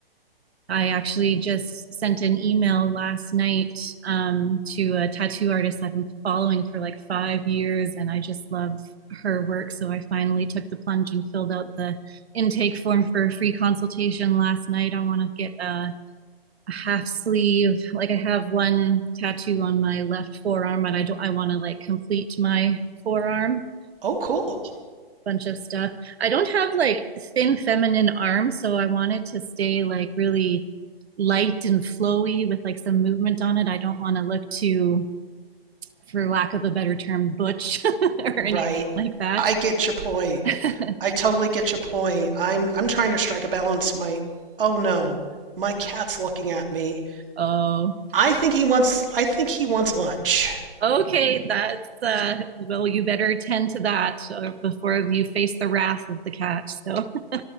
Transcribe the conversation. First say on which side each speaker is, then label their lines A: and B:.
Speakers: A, on the right (about 85°); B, on the right (about 60°).
A: I actually just sent an email last night um, to a tattoo artist I've been following for like five years, and I just love her work. So I finally took the plunge and filled out the intake form for a free consultation last night. I want to get a, a half sleeve. Like I have one tattoo on my left forearm, but I don't. I want to like complete my forearm
B: Oh, cool.
A: bunch of stuff. I don't have like thin feminine arms, so I want it to stay like really light and flowy with like some movement on it. I don't want to look too, for lack of a better term, butch <laughs> or anything
B: Right.
A: like that.
B: I get your point.
A: <laughs> yeah.
B: I totally get your point. I'm I'm trying to strike a balance. My oh no, my cat's looking at me.
A: Oh,
B: I think he wants I think he wants lunch. <laughs>
A: okay. That's, uh, well, you better tend to that uh, before you face the wrath of the cat. So <laughs>